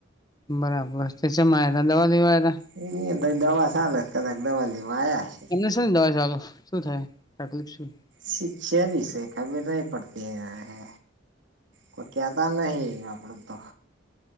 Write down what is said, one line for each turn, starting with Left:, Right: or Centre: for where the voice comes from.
Left: બરાબર તો ચેમ <unintelligible> દવા લેવા આયરા?
Right: એ એ ત દવા સાલે કદાક દવા લેવા આયા હશે.
Left: એમને શું દવા ચાલુ શું થાય તકલીફ શું?
Right: શિક્ શેની સે ખબર નહીં પડતી એને. કોઈ કેતા નહી આપડે તો.